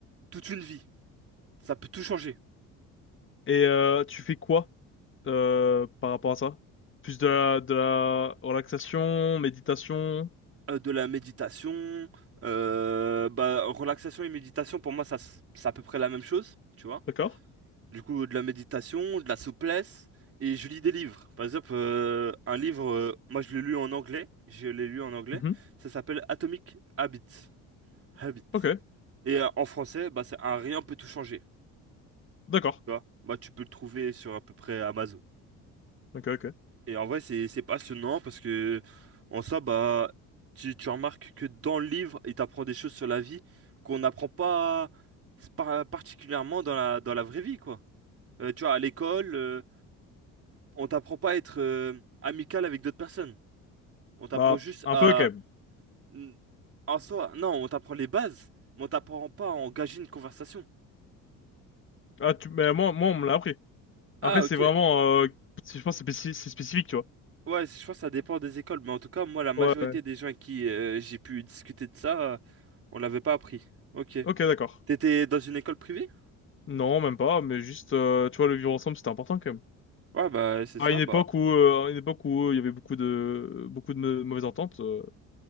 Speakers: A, on the right; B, on the left.
A: toute une vie. Ça peut tout changer.
B: Et euh, tu fais quoi euh, par rapport à ça? Plus de la, de la relaxation, méditation.
A: Euh, de la méditation, euh, bah relaxation et méditation, pour moi, ça, s- c'est à peu près la même chose. Tu vois
B: D'accord.
A: Du coup, de la méditation, de la souplesse, et je lis des livres. Par exemple, euh, un livre, euh, moi je l'ai lu en anglais, je l'ai lu en anglais,
B: Mhm.
A: ça s'appelle Atomic Habits. Habit.
B: Ok.
A: Et euh, en français, bah, c'est un rien peut tout changer.
B: D'accord.
A: Tu vois? Bah, tu peux le trouver sur à peu près Amazon.
B: Ok, ok.
A: Et en vrai, c'est c'est passionnant parce que, en soi, bah, tu, tu remarques que dans le livre, il t'apprend des choses sur la vie qu'on n'apprend pas par- particulièrement dans la, dans la vraie vie, quoi. Euh, tu vois, à l'école. euh, on t'apprend pas à être euh, amical avec d'autres personnes. On t'apprend
B: Bah,
A: juste
B: un
A: à...
B: peu quand même.
A: n- En soi, non, on t'apprend les bases, mais on t'apprend pas à engager une conversation.
B: Ah, tu, mais moi, moi, on me l'a appris.
A: Ah,
B: Après,
A: ok.
B: c'est vraiment, euh, c'est- je pense, que c'est spécif- c'est spécifique, tu vois.
A: Ouais, c'est- je pense que ça dépend des écoles, mais en tout cas, moi, la majorité
B: Ouais. ouais.
A: des gens avec qui euh, j'ai pu discuter de ça, euh, on l'avait pas appris. Ok.
B: Ok, d'accord.
A: T'étais dans une école privée?
B: Non, même pas, mais juste, euh, tu vois, le vivre ensemble, c'était important quand même.
A: Ouais, bah, c'est
B: À
A: ça,
B: une
A: bah,
B: époque où, euh, à une époque où euh, il y avait beaucoup de, beaucoup de mau- mauvaises ententes, euh,